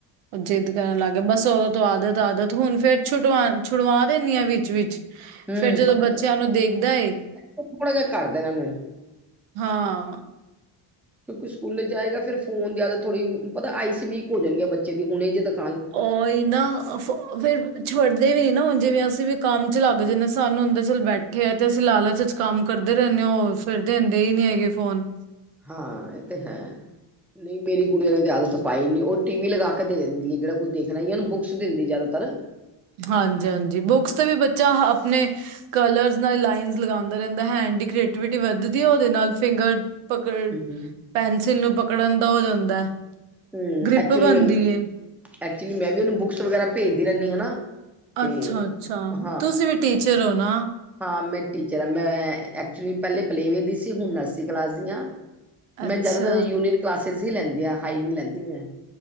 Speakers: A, on the right; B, in the centre.
A: ਉਹ ਜਿੱਦ ਕਰਨ ਲੱਗ ਗਿਆ ਬਸ ਉਦੋਂ ਤੋਂ ਆਦਤ-ਆਦਤ ਹੁਣ ਫੇਰ ਛੁਟਵਾ ਛੁਡਵਾ ਦਿੰਦੀ ਹਾਂ ਵਿੱਚ-ਵਿਚ।
B: ਹੂੰ
A: ਫੇਰ ਜਦੋਂ
B: ਪਤਾ
A: ਬੱਚਿਆਂ
B: ਕੀ
A: ਨੂੰ ਦੇਖਦਾ ਏ-
B: ਥੋੜਾ ਜਿਹਾ ਕਰਦਾ ਇਹਨਾਂ ਨੂੰ
A: ਹਾਂ
B: ਕਿਉਂਕਿ ਸਕੂਲੇ ਜਾਏਗਾ ਫਿਰ ਫੋਨ ਜ਼ਿਆਦਾ ਥੋੜ੍ਹੀ ਪਤਾ ਆਈਸ ਵੀਕ ਹੋ ਜਾਣਗ ਆ ਬੱਚੇ ਦੀ ਹੁਣੇ ਜਿੱਦ ਤੱਕ
A: ਉਹ ਹੀ ਨਾ ਫੇਰ ਛੱਡਦੇ ਵੀ ਨੀ ਨਾ ਹੁਣ ਜਿਵੇਂ ਅਸੀਂ ਵੀ ਕੰਮ ਚ ਲੱਗ ਜਾਂਦੇ ਸਾਨੂੰ ਹੁੰਦਾ ਚਲ ਬੈਠ ਠੇ ਆ ਤੇ ਅਸੀਂ ਲਾਲਚ ਚ ਕੰਮ ਕਰਦੇ ਰਹਿੰਦੇ ਹ ਉਹ ਫਿਰਦੇ ਹੁੰਦੇ ਹੀ ਨੀ ਹੈਗੇ ਫੋਨ।
B: ਹਾਂ ਇਹ ਤੇ ਹੈ। ਨਈ ਮੇਰੀ ਗੁੜੀਆਂ ਨੇ ਆਦਤ ਪਾਈ ਨੀ ਉਹ ਟੀ ਵੀ ਲਗਾ ਕੇ ਦੇ ਦਿੰਦੀ ਹੈ ਜਿਹੜਾ ਕੁਛ ਦੇਖਣਾ ਹੀ ਯਾ ਉਨੂੰ ਬੁੱਕਸ ਦਿੰਦੀ ਜਿਆਦਾਤਰ
A: ਹਾਂਜੀ- ਹਾਂਜੀ, ਬੁੱਕਸ ਤੇ ਵੀ ਬੱਚਾ ਆਪਣੇ ਕਲਰਸ ਨਾਲ ਲਾਈਨ ਲਗਾਉਂਦਾ ਰਹਿੰਦਾ, ਹੈਂਡ ਦੀ ਕ੍ਰੀਏਟੀਿਵਿਟੀ ਵੱਧਦੀ ਹੈ, ਉਹਦੇ ਨਾਲ ਫਿੰਗਰ ਪਕੜ
B: ਹੂੰ ਹੂੰ,
A: ਪੈਨਸਿਲ ਨੂੰ, ਪਕੜਨ ਦਾ ਹੋ ਜਾਂਦਾ।
B: ਹਮ
A: ਗ੍ਰਿਪ
B: ਐਕਚੁਲੀ
A: ਬਣਦੀ
B: ਮੈ ਵੀ,
A: ਏ
B: ਐਕਚੁਲੀ ਮੈਂ ਵੀ ਉਹਨੂੰ ਬੁੱਕਸ ਵਗੈਰਾ ਭੇਜਦੀ ਰਹਿੰਨੀ ਆ ਨਾ। ਤੇ
A: ਅੱਛਾ-ਅੱਛਾ
B: ਹਾਂ
A: ਤੁਸੀਂ ਵੀ ਟੀਚਰ ਹੋ ਨਾ।
B: ਹਾਂ ਮੈਂ ਟੀਚਰ ਹਾਂ ਮੈਂ ਐਕਚੁਲੀ ਪਹਿਲੇ ਪਲੇ ਵੇ ਦੀ ਸੀ ਹੁਣ ਨਰਸਰੀ ਕਲਾਸ ਦੀ ਆ।
A: ਅੱਛਾ।
B: ਮੈਂ ਜਿਆਦਾਤਰ ਯੂਨੀਅਨ ਕਲਾਸਿਸ ਹੀ ਲੈਂਦੀ ਆ ਹਾਈ ਨੀ ਲੈਂਦੀ ਮੈਂ।